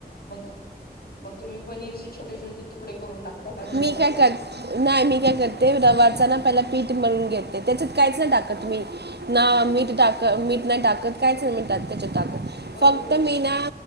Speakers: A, on the left; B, on the right.
A: मग मग तुम्ही पनीरचे छोटे छोटे तुकडे करून टाकता का त्याच्यामध्ये.
B: मी काय कर नाही मी काय करते रवाच ना पहिलं पीठ. मळून घेते त्याच्यात काहीच नाही टाकत मी ना मीठ टाकत मिठ ना टाकत काहीच नाही मी टाकत. त्याच्यात टाकत
A: बर
B: फक्त
A: बर बर
B: मी
A: बर
B: ना.